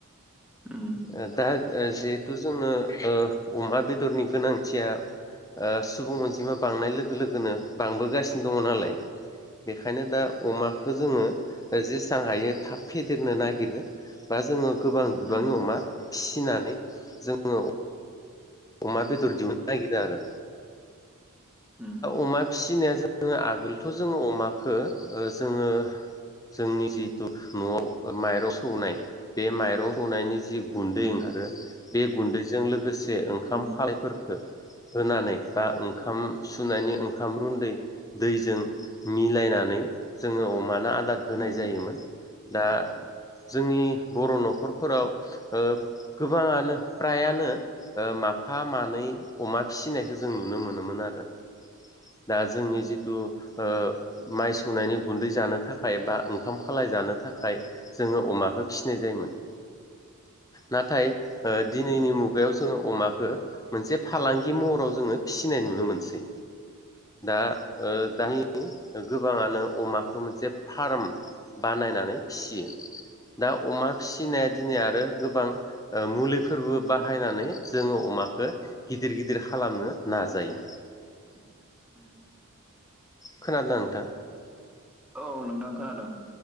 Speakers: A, in the centre; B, on the left (about 15°).
A: उम
B: ओ दा जिहेथु जोंङो ओ अमा बेदरनि गोनांथिया ओ सुबुं अनजिमा बांनाय लोगो लोगोनो बांबोगासिनो दङ नालाय बेखायनो दा अमाखौ जोङो जेसां हायो थाब फेदेरनो नागिरो बा जोङो गोबां बिबांनि
A: उम
B: अमा फिसिनानै जोङो अमा बेदर दिहुननो नागिरो आरो दा
A: उम
B: अमा फिसिनाय जोङो आगोलथ' जोङो अमाखौ ओ जोङो जोंनि जिथु न'आव माइरं सौनाय बे माइरं सौनायनि जि गुन्दै
A: उम
B: ओंखारो बे गुन्दैजों लोगोसे ओंखाम
A: उम
B: खालायफोर होनानै बा ओंखाम सुनायनि ओंखाम रुन्दै दैजों मिलायनानै जोङो अमानो आदार होनाय
A: उम
B: जायोमोन । दा जोंनि बर' न'खरफोराव ओ गोबाङानो फ्रायानो ओ मा माफा मानै अमा फिसिनायखौ जों नुनो मोनोमोन आरो । दा जोंनि
A: उम
B: जिथु ओ माइ सौनायनि गुन्दै जानो थाखाय बा ओंखाम खालाय जानो थाखाय जोङो अमाखौ फिनाय जायोमोन
A: <inaudible>
B: नाथाय ओ दि दिनैनि मुगायाव जोङो अमाखौ मोनसे फालांगि महराव जोङो फिसिनाय नुनो मोनसै दाओ
A: उम
B: दानि गोबाङानो अमाखौ मोनसे फार्म बानायनानै फियो दा अमा फिसिनाया दिनै आरो गोबां मुलिफोरबो बाहायनानै जोङो अमाखौ गिदिर गिदिर खालामनो नाजायो
A: <inaudible> उम
B: खोनादोना नोंथां।
A: औ नोंथां खोनादों